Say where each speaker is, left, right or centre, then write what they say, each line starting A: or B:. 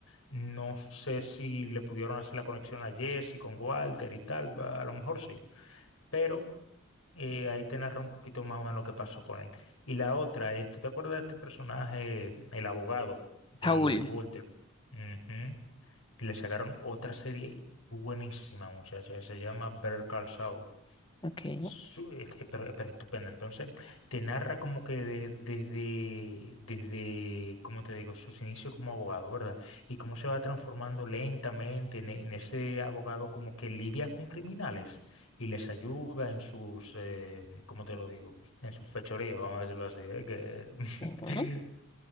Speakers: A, on the left (about 75°); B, on the left (about 25°).
A: no sé si le pudieron hacer la conexión a Jesse con Walter y tal, va- a lo mejor sí, pero eh, ahí te narra un poquito más o menos qué pasó con él. Y la otra es, ¿tú te acuerdas de este personaje, el abogado de,
B: Saúl,
A: de Walter? Ujú. Le sacaron otra serie buenísima, muchacha, se llama Better Call Saul.
B: ok.
A: Su- es- eh, Pero, pero estupendo. Entonces, te narra como que de- desde, desde, ¿cómo te digo? Sus inicios como abogado, ¿verdad? Y cómo se va transformando lentamente en, en ese abogado como que lidia con criminales y les ayuda en sus, eh, ¿cómo te lo digo? En sus fechorías, vamos a decirlo así, ¿eh? Que
B: mm,
A: <laughs>